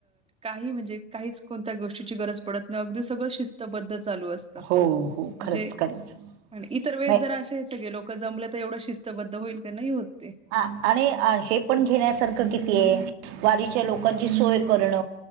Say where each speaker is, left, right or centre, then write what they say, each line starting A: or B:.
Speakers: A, on the right; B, on the right.
A: कांहीं म्हणजे काहींचं कोणत्यां गोष्टीची गरजं पडतं नाहीं अगदीं सगळं शिस्तबद्ध चालूं असतें. म्हंणजे-
B: हो हो खरंच खरंच
A: आणि ईतर वेळेस
B: म्हणजे
A: जरां असे सगळें लोक जमले तरं एवढं शिस्तबद्ध होईल की नाहीं होते.
B: हं आणि हे पणं घेण्यांसारखं किती आहे वारीच्यां लोकांची
A: हं.
B: सोय- करण